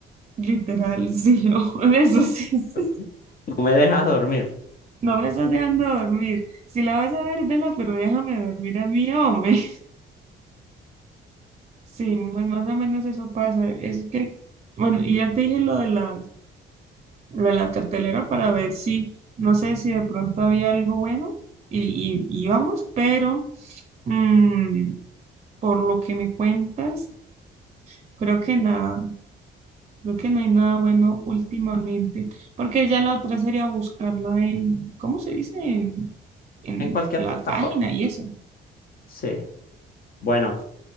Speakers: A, on the right; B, on the left.
A: Literal, sí, <laughs> o eso sí, sí.
B: <laughs> No me dejas dormir.
A: No me estás dejando dormir. Si la vas a ver, vela, pero déjame dormir a mí, hombre. Sí, pues más o menos eso pasa. Es que, bueno, y ya te dije lo de la, lo de la cartelera para ver si, no sé si de pronto había algo bueno y, y, y vamos, pero mm, Por lo que me cuentas, creo que nada, creo que no hay nada bueno últimamente, porque ya la otra sería buscarla en, ¿cómo se dice? En, en
B: En cualquier
A: la
B: plataforma.
A: página y eso.
B: Sí. Bueno.